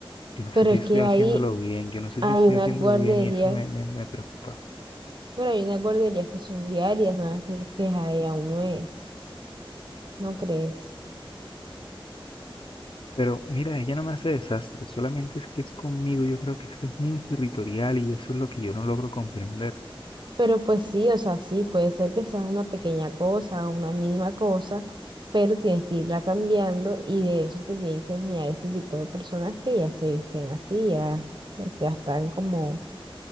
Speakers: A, on the left; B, on the right.
A: Yo no
B: Pero
A: sé si
B: es
A: estoy
B: que
A: haciéndolo
B: ahí
A: bien, yo no sé
B: hay
A: si estoy
B: unas
A: haciéndolo
B: guarderías,
A: bien y eso me, me, me preocupa.
B: pero hay unas guarderías que son diarias, no así es que ahí a un mes, ¿no crees?
A: Pero mira, ella no me hace desastre, solamente es que es conmigo, yo creo que es que es muy territorial y eso es lo que yo no logro comprender.
B: Pero pues sí, o sea, sí, puede ser que sea una pequeña cosa, una mínima cosa, pero tienes que irla cambiando y de eso te tienen que enseñar este tipo de personas que ya se visten así, ya, o sea, están como